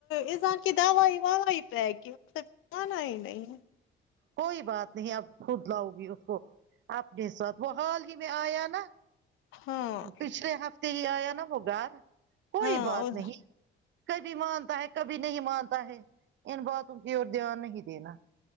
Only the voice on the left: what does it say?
ایذان کی دوائی واوائ پیک ہے صرف آنا ہی نہیں
ہاں
ہاں